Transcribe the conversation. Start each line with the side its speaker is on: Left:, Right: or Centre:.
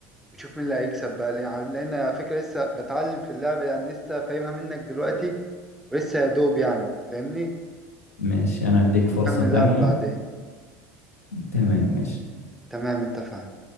Centre: ونشوف مين اللي هيكسب بقى لان لأن على فكرة لسه بتعلم في اللعبة يعني لسه فاهمها منك دلوقتي ولسه يا دوب يعني فاهمني
Left: ماشي انا هديك
Centre: ممكن
Left: فرصة
Centre: نكمل
Left: تانية
Centre: لعب بعدين
Left: تمام ماشي
Centre: تمام اتفقنا